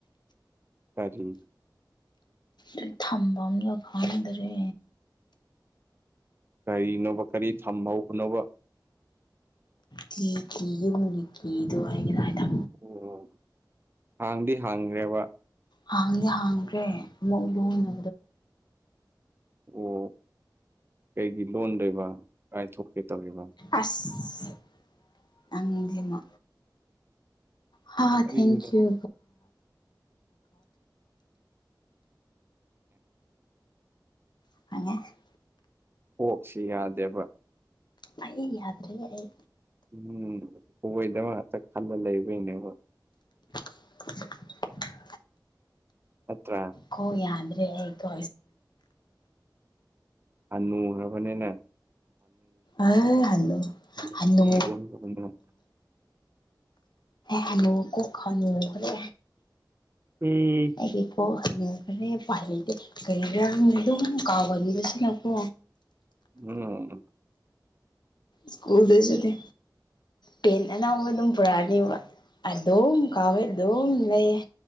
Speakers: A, on the right; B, on the left.
A: ꯀꯥꯔꯤ
B: ꯑꯩ ꯊꯝꯕꯝꯗꯣ ꯈꯪꯗ꯭ꯔꯦ꯫
A: ꯀꯔꯤꯅꯣꯕ ꯀꯔꯤ ꯊꯝꯍꯧꯅꯣꯕ
B: ꯀꯤ ꯀꯤ ꯌꯨꯝꯒꯤ ꯀꯤꯗꯣ ꯍꯥꯏꯒꯦꯗꯥ ꯍꯥꯏꯗ
A: ꯑꯣ ꯍꯥꯡꯗꯤ ꯍꯥꯡꯈ꯭ꯔꯦꯕ
B: ꯍꯥꯡꯗꯤ ꯍꯥꯡꯗ꯭ꯔꯦ ꯑꯃꯨꯛꯂꯨꯅ
A: ꯑꯣ ꯀꯩꯒꯤ ꯂꯣꯟꯗꯣꯏꯕ ꯀꯥꯏꯊꯣꯛꯀꯦ ꯇꯧꯔꯤꯕ
B: ꯑꯁ ꯅꯪꯖꯤꯃ ꯍ
A: ꯀꯔꯤꯅꯣ
B: ꯊꯦꯡꯀꯌꯨ <unintelligible>
A: ꯑꯣꯛꯁꯤ ꯌꯥꯗꯦꯕ
B: ꯑꯩ ꯌꯥꯗ꯭ꯔꯦ ꯑꯩ
A: ꯎꯝ ꯀꯣꯏꯗꯕ ꯉꯥꯛꯇ ꯈꯜꯂ ꯂꯩꯕꯣꯏꯅꯦꯕ
B: <inaudible>
A: ꯅꯠꯇꯔ
B: ꯀꯣ ꯌꯥꯗ꯭ꯔꯦ ꯑꯩꯀꯣ
A: ꯍꯥꯅꯨ ꯈꯔꯕꯅꯤꯅꯥ
B: ꯑ ꯍꯜꯂꯣ
A: ꯍꯅꯨꯕꯤ
B: ꯍꯜꯂꯣ
A: ꯑꯣꯟꯈ꯭ꯔꯕꯅꯤꯅ
B: ꯍꯅꯨ ꯀꯣꯛ ꯈꯔꯦ ꯫
A: <unintelligible>
B: ꯑꯩꯒꯤꯀꯣꯛ ꯍꯉꯈꯔꯦ ꯄ ꯂꯩꯇꯦ ꯀꯔꯤꯔꯥ ꯑꯗꯨꯝ ꯀꯥꯎꯒꯅꯤꯕꯁꯤꯅꯀꯣ
A: ꯎꯝ
B: ꯁ꯭ꯀꯨꯜꯗꯁꯨꯅꯦ ꯄꯦꯟ ꯑꯅꯧꯕ ꯑꯗꯨꯝ ꯄꯨꯔꯛꯑꯅꯦꯕ ꯑꯗꯣꯝ ꯀꯥꯎꯋ‌ꯦ ꯑꯗꯣꯝ ꯂꯩꯌꯦ